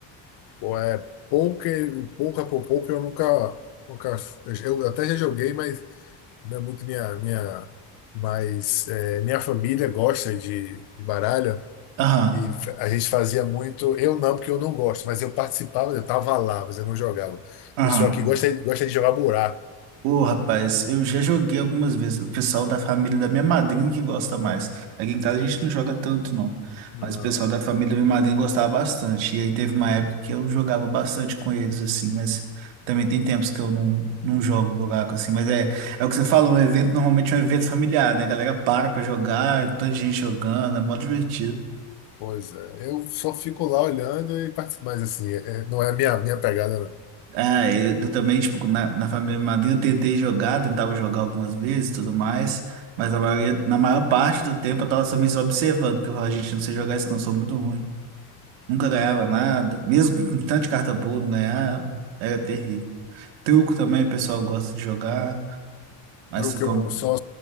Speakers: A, on the left; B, on the right.
A: Pô, é pouca, pouca por pouco eu nunca, nunca, eu até já joguei, mas não é muito minha, minha, mas é, minha família gosta de, de baralho
B: Aham,
A: e a gente fazia muito, eu não, porque eu não gosto, mas eu participava, eu tava lá, mas eu não jogava. O
B: aham.
A: Pessoal que gosta, gosta de jogar buraco.
B: Ô, rapaz, eu já joguei algumas vezes. O pessoal da família da minha madrinha que gosta mais. Aqui em casa a gente não joga tanto, não.
A: Não,
B: Mas o pessoal da família da minha madrinha gostava bastante. E aí teve uma época que eu jogava bastante com eles, assim. Mas também tem tempos que eu não, não jogo buraco, assim. Mas é, é o que você falou, um evento normalmente é um evento familiar, né? A galera para pra jogar, toda gente jogando, é mó divertido.
A: pois é, eu só fico lá olhando e participo, mas assim, é- é, não é a minha, minha pegada, não.
B: é eu, eu também, tipo, na, na família Madrinha eu tentei jogar, tentava jogar algumas vezes e tudo mais, mas na maioria, na maior parte do tempo eu tava também só observando, porque eu falava, gente, eu não sei jogar isso não, eu sou muito ruim. Nunca ganhava nada, mesmo com tanto de carta boa, não ganhava, era terrível. Truco também, o pessoal gosta de jogar, mas
A: Truque
B: truco,
A: eu não,
B: é um-
A: só,